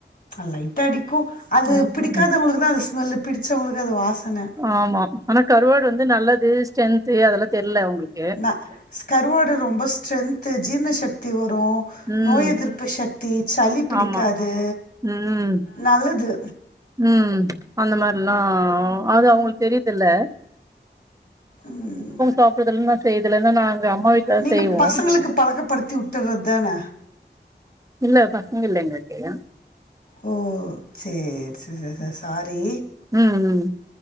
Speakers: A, on the left; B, on the right.
A: லைட்டா அடிக்கு அது
B: ம்
A: பிடிக்காதவங்களுக்கு தா அது ஸ்மெல்லு பிடிச்சவங்களுக்கு அது வாசனை
B: ஆமா ஆனா கருவாடு வந்து நல்லது ஸ்ட்ரென்து அதெல்லா தெரில இவங்களுக்கு
A: ந ஸ்கர்வாடு ரொம்ப ஸ்ட்ரென்த்து ஜீர்ண சக்தி வரு
B: ம்
A: நோய் எதிர்ப்பு சக்தி சளி பிடிக்காது
B: ஆமா ம்
A: நல்லது
B: ம் அந்த மாரில்லா அது அவங்களுக்கு தெரியதுல்ல
A: ம்
B: சாப்புறதுல்ல நா செய்யறதுல்ல ஏன்னா நாங்க அம்மா வீட்ல
A: நீங்க
B: செய்வோ
A: பசங்களுக்கு பழகப்படுத்தி உட் ட்டுறது தான
B: இல்ல பசங்க இல்ல எங்கிட்டயு
A: ஓ சேரி சே சே சாரி
B: ம் ம்